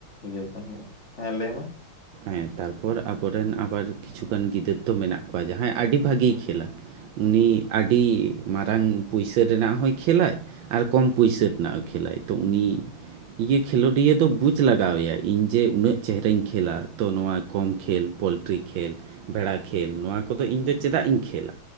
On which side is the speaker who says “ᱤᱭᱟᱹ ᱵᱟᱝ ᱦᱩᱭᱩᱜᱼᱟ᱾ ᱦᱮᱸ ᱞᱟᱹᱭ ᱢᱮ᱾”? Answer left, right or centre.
Left